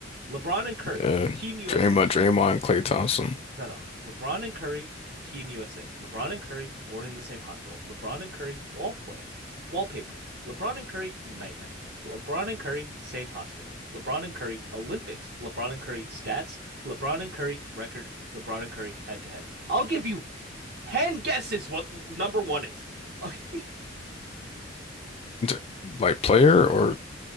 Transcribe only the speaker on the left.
Yeah,
Draymond, Draymond, Klay Thompson,
D like player or